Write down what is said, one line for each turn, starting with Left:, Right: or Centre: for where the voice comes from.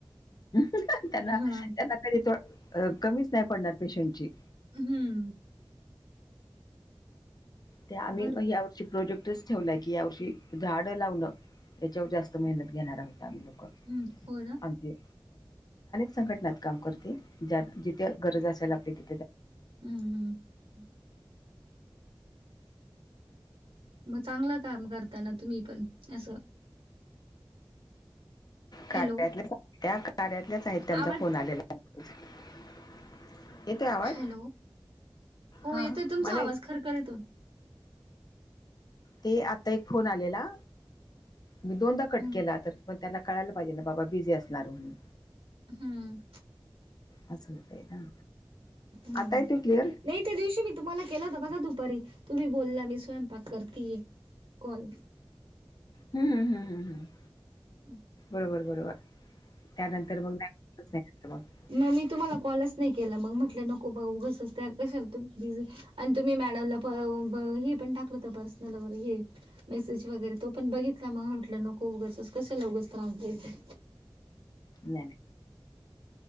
Left: त्यांना त्यांना
Right: हा
Left: कधी कमीच नाही पडणार पेशंटची.
Right: हम्म.
Left: त्या आम्ही
Right: बर
Left: मं या वर्षी प्रोजेक्टच ठेवला की यावर्षी झाडं लावणं याच्यावर जास्त मेहनत घेणार आहोत आम्ही लोक
Right: हम्म हो नां
Left: म्हणजे संघटना काम करते ज्यात जिथे गरज असेल आपली ति
Right: हम्म हम्म म चांगला काम करताना तुम्ही पण असं हॅलो
Left: कार्या कार्यातल्याच आहेत त्यांचा
Right: आवाज
Left: फोन आलेला. <unintelligible> येतोय आवाज
Right: हॅलो हो
Left: हा
Right: येतोय तुमचा
Left: मला
Right: आवाज
Left: येत
Right: खरखर येतो.
Left: ते आता एक फोन आलेला. मी दोनदा कट
Right: हम्म
Left: केला तर पण त्यांना कळायला पाहिजे ना बाबा बिझी असणार म्हणून
Right: हम्म
Left: असं होतय ना
Right: हम्म
Left: आता येतोय क्लिअर
Right: नाही त्या दिवशी मी तुम्हाला केला होता बघा दुपारी तुम्ही बोलला मी स्वयंपाक करती कॉल
Left: हम् हम हम् हम ह्
Right: <unintelligible>
Left: बरोबर बरोबर त्यानंतर मग नाही <unintelligible>
Right: नाय मी तुम्हाला कॉलच नाही केला मग म्हटलं नको बघ उगचचं त्या कशा तुम्ही बिझी आणि तुम्ही मॅडमला तो ब हे पण टाकलं होत पर्सनल व हे मेसेज वगैरे तो पण बघित त मग म्हटलं नको उगसच कशाला उगाच त्रास द्यायचा.
Left: नाय